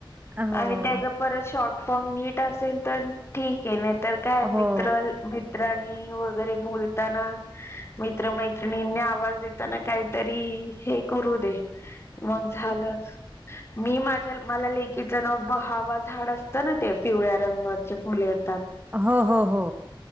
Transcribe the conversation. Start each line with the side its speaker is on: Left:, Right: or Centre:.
Right: हो
Left: आणि त्याज परत शॉर्ट फॉर्म नीट असेल तर ठीक ए नाय तर काय मित्र
Right: हो
Left: मित्राणी वगैरे बोलताना मित्र मैत्रिणींनी आवाज देताना कायतरी हे करू दे. मग झालंच. मी माझ्या मला लेकीचं ना बहावा झाड असतं ना ते पिवळ्या रंगाचे फुल येतात.
Right: हो हो हो.